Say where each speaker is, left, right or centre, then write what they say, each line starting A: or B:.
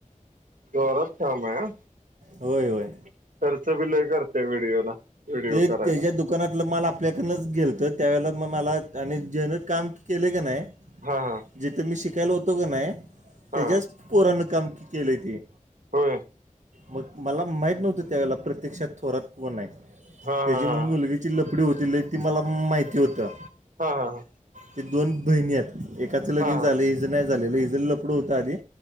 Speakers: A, on the right; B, on the right.
A: जोरात काम आहे हा.
B: होय होय
A: खर्च बी लय करतय व्हिडिओला. व्हिडिओ
B: ते
A: करायला
B: त्याच्या दु दुकानातलं माल आपल्याकडनच गेलतं त्यावेळेला मं मला आणि जेन काम केलयं का नायं
A: हा हा
B: जिथं मी शिकायला होतो का नाही
A: हा
B: त्याच्यास पोरानं काम केलंय ते.
A: होय
B: मग मला माहीत नव्हतं त्यावेळेला प्रतीक्षा थोरात कोणं हाय.
A: हा
B: त्याची
A: हा
B: मुलगीची लफडी होती लयं ती मला माहिती होतं.
A: हा हा ह
B: ते दोन बहिणीयेतं एकाचं लगीन
A: हा हा हा
B: झालं हिज नाही झालेलं हीच लफड होतं आधी.